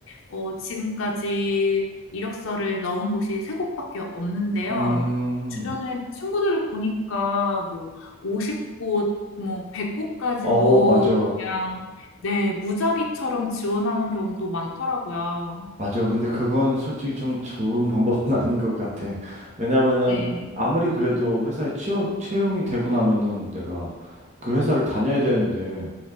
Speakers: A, on the left; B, on the right.
A: 어, 지금까지 이력서를 넣은 곳이 세 곳밖에 없는데요.
B: 음,
A: 주변에 친구들을 보니까 뭐 50곳, 뭐 100곳까지도
B: 어, 맞아.
A: 그냥 네, 무작위처럼 지원하는 경우도 많더라고요.
B: 맞아. 근데 그건 솔직히 좀 좋은 방법은 <laughs> 아닌 것 같아. 왜냐면은
A: 네.
B: 아무리 그래도 회사에 취업, 채용이 되고 나면은 내가 그 회사를 다녀야 되는데